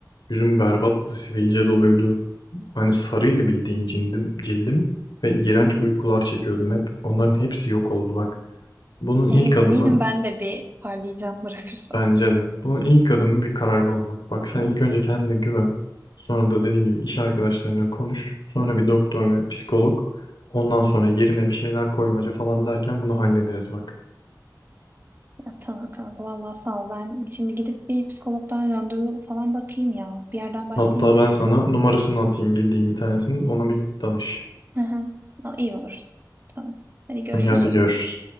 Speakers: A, on the left; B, on the right.
A: Yüzüm berbattı, sivilce doluydu. Hani sarıydı bildiğin cildim, cildim ve iğrenç
B: Hı hı.
A: uykular çekiyordum hep. Onların hepsi yok oldu bak. Bunun ilk
B: Evet
A: adımı
B: eminim ben de bir parlayacağım <laughs> bırakırsam.
A: bence de. Bunun ilk adımı bir kararlı olmak. Bak sen ilk önce kendine güven. Sonra da dediğim gibi iş arkadaşlarına konuş. Sonra bir doktor ve psikolog. Ondan sonra yerine bir şeyler koymaca falan derken bunu hallederiz bak.
B: Ya Tamam kanka vallahi sağ ol. Ben şimdi gidip bir psikologdan randevu falan bakayım ya. Bir yerden başlayayım
A: Hatta
B: artık.
A: ben sana numarasını atayım bildiğim bir tanesinin. Ona bir danış.
B: Hı hı. Aa, İyi olur. Tamam. Hadi görüşürüz
A: İyi hadi
B: o
A: görüşürüz.
B: zaman.